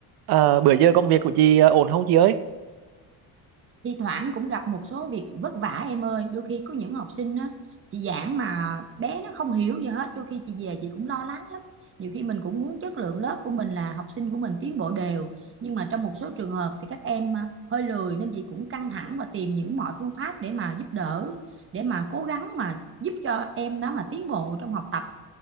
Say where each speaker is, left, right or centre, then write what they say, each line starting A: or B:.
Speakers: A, on the right (about 60°); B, on the right (about 30°).
A: Ờ, bữa giờ công việc của chị ờ, ổn không chị ơi?
B: thi thoảng cũng gặp một số việc vất vả em ơi đôi khi có những học sinh á chị giảng mà bé nó không hiểu gì hết đôi khi chị về chị cũng lo lắng lắm nhiều khi mình cũng muốn chất lượng lớp của mình là học sinh của mình tiến bộ đều nhưng mà trong một số trường hợp thì các em à, hơi lười nên chị cũng căng thẳng và tìm những mọi phương pháp để mà giúp đỡ để mà cố gắng mà giúp cho em đó mà tiến bộ trong học tập